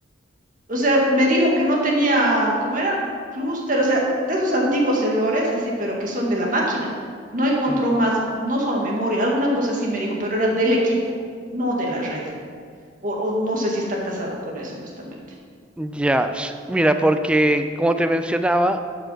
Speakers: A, on the right; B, in the centre.
A: o sea, me dijo que no tenía, ¿cómo era? Clúster, o sea, de esos antiguos errores, así, pero que son de la máquina. No encontró
B: ujú.
A: más, no solo memoria, alguna cosa así me dijo, pero era del equipo, no de la red. O, o no sé si está casado con eso, honestamente.
B: Ya, s- mira, porque como te mencionaba,